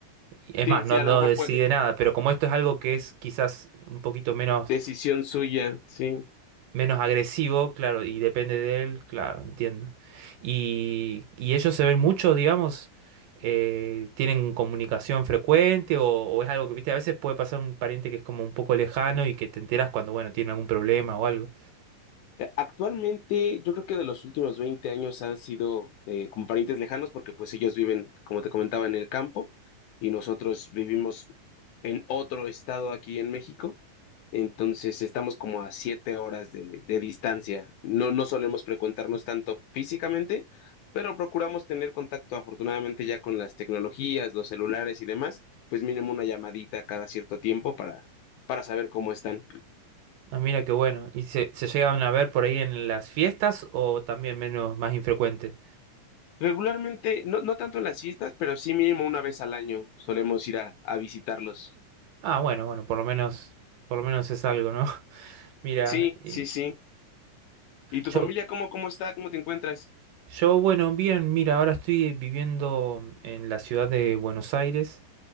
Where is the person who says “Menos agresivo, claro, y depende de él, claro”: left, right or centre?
Right